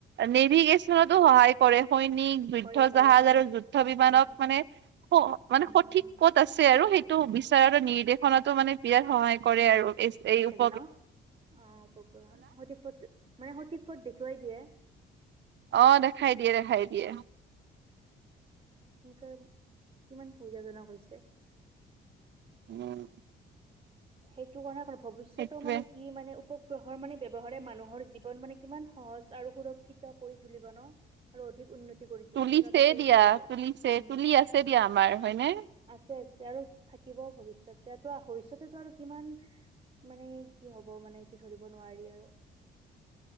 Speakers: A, on the right; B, on the right.
A: নেভিগেশ্যনতো সহায় কৰে। সৈনিক যুদ্ধ
B: কৰে কৰে
A: জাহাজ
B: শুনি
A: আৰু যুদ্ধ বিমানক
B: উম, উম,
A: মানে
B: উম,
A: স মানে
B: উম,
A: সঠিক
B: উম
A: ক'ত আছে আৰু সেইটো বিচাৰাতো নিৰ্দেশনাতো মানে বিৰাট সহায় কৰে আৰু এচ এ উ <unintelligible>
B: গে ন অ উপগ্ৰহৰ সঠিক পথ মানে সঠিক পথ দেখুৱাই দিয়ে।
A: অ দেখাই দিয়ে দেখাই দিয়ে।
B: এনেকে কিমান সুবিধাজনক হৈছে।
A: উম।
B: সেইটো কথা কাৰ ভৱিষ্যতৰ
A: সেইটোৱে
B: মানে কি মানে উপগ্ৰহৰ মানে ব্যৱহাৰে মানুহৰ জীৱন মানে কিমান সহজ আৰু সুৰক্ষিত কৰি তুলিব ন। আৰু অধিক উন্নতি কৰি
A: তুলিছে
B: উন্নত কৰি
A: দিয়া
B: তুলিব
A: তুলিছে
B: উম
A: তুলি আছে দিয়া আমাৰ হয়নে
B: আছে আছে। তে আৰু থাকিব ভৱিষ্যতে ভৱিষ্যতেতো আৰু কিমান মানে কি হ'ব মানে এইটো ধৰিব নোৱাৰি আৰু। <inaudible>